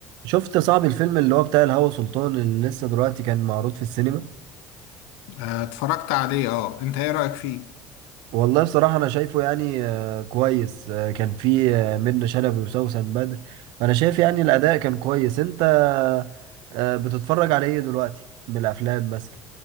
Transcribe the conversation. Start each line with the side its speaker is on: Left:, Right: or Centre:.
Right: شفت صعب الفيلم اللي هو بتاع الهوى سلطان اللي لسه دلوقتي كان معروض في السينما
Left: آه، اتفرجت عليه اه انت ايه رأيك فيه
Right: والله بصراحة أنا شايفه يعني آه، كويس آه، كان فيه آه، منة شلبي وسوسن بدر فأنا شايف يعني الأداء كان كويس أنت آه، آه، بتتفرج على إيه دلوقتي من الأفلام مثلا